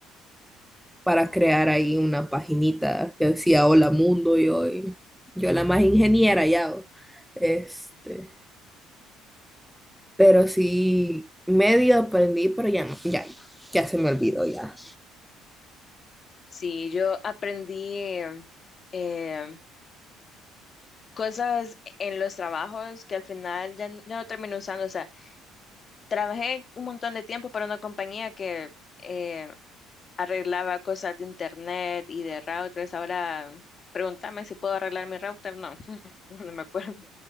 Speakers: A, in the centre; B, on the left (about 40°).
A: para crear ahí una paginita que decía Hola Mundo, y hoy yo la más ingeniera ya. o. Este, pero sí, medio aprendí, pero ya no, ya, ya se me olvidó ya.
B: Sí, yo aprendí eh, eh, cosas en los trabajos que al final ya, n- ya no terminé usando. O sea, trabajé un montón de tiempo para una compañía que eh, arreglaba cosas de internet y de routers. Ahora pregúntame si puedo arreglar mi router. No, <laughs> no me acuerdo.